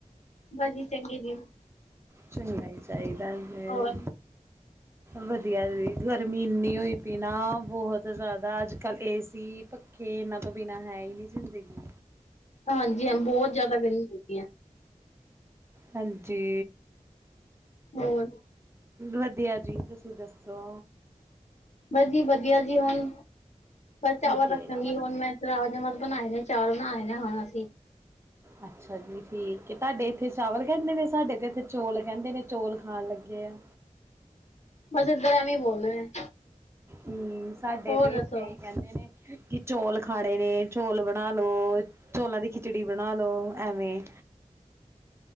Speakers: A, on the left (about 55°); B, on the right (about 20°).
A: ਬਸ ਜੀ ਚੰਗੀ ਜੀ।
B: ਚੰਗਾ ਈ ਚਾਹੀਦਾ ਵੇ।
A: ਹੋਰ
B: ਵਧੀਆ ਜੀ ਗਰਮੀ ਇੰਨੀ ਹੋਈ ਪਈ ਨਾ ਬਹੁਤ ਜ਼ਿਆਦਾ ਅੱਜ ਕੱਲ ਏਸੀ ਪ ਖੇ ਇਹਨਾਂ ਤੋਂ ਬਿਨਾਂ ਹੈ ਈ ਨੀ ਜ਼ਿੰਦਗੀ।
A: ਹਾਂਜੀ ਹਾਂ ਬਹੁਤ ਜਿਆਦਾ ਗਰਮੀ ਹੁੰਦੀ ਐ।
B: ਹਾਂਜੀ,
A: ਹੋਰ?
B: ਵਧੀਆ ਜੀ, ਤੁਸੀਂ ਦੱਸੋ?
A: ਬਸ ਜੀ ਵਧੀਆ ਜੀ ਹੁਣ, ਬਸ ਚਾਵਲ
B: ਵਧੀਆ
A: ਰੱਖਾਂਗੀ
B: ਜੀ
A: ਹੁਣ ਮੈਂ ਰਾਜ ਮਾ ਬਣਾਏ ਨੇ ਚਾਵਲ ਬਣਾਏ ਨੇ ਹੁਣ ਅਸੀਂ
B: ਅੱਛਾ ਜੀ ਠੀਕ ਤੁਹਾਡੇ ਇੱਥੇ ਚਾਵਲ ਕਹਿੰਦੇ ਨੇ ਸਾਡੇ ਤੇ ਇਥੇ ਚੌਲ ਕਹਿੰਦੇ ਨੇ ਚੌਲ ਖਾਣ ਲੱਗੇ ਆ।
A: ਬਸ ਇੱਧਰ ਐਵੇਂ ਬੋਲਦੇ ਨੇ।
B: ਹੂੰ ਸਾਡੇ
A: ਹੋਰ
B: ਤੇ
A: ਦੱਸੋ
B: ਇੱਥੇ ਅਈ ਕਹਿੰਦੇ ਨੇ। ਕਿ ਚੌਲ ਖਾਣੇ ਨੇ ਚੌਲ ਬਣਾ ਲੋ। ਚੋਲਾਂ ਦੀ ਖਿਚੜੀ ਬਣਾ ਲੋ ਐਵੇਂ।